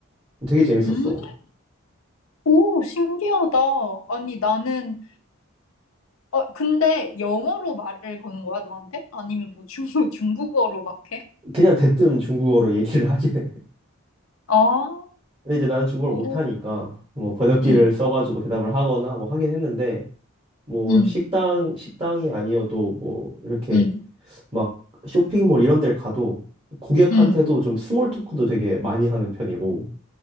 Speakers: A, on the right; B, on the left.
A: 되게 재밌었어.
B: 음. 오, 신기하다. 아니, 나는 어, 근데 영어로 말을 거는 거야, 너한테? 아니면 뭐 중국, <laughs> 중국어로 막 해?
A: 그냥 대뜸 중국어로 얘기를 하긴 해.
B: 아,
A: 근데 이제 나는 중국어를
B: 오,
A: 못하니까 뭐 번역기를
B: 응,
A: 써가지고 대답을 하거나 뭐 하긴 했는데 뭐
B: 응,
A: 식당 식당이 아니어도 뭐 이렇게
B: 응,
A: 막 쇼핑몰 이런 데를 가도 고객한테도
B: 응.
A: 좀 스몰 토크도 되게 많이 하는 편이고